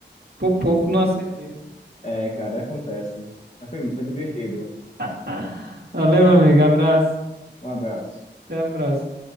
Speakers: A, on the right (about 60°); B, on the left (about 40°).
A: por pouco não acertei.
B: É, cara, acontece. Mas foi, foi divertido.
A: <laughs> Valeu, meu amigo. Abraço.
B: Um abraço.
A: Até a próxima.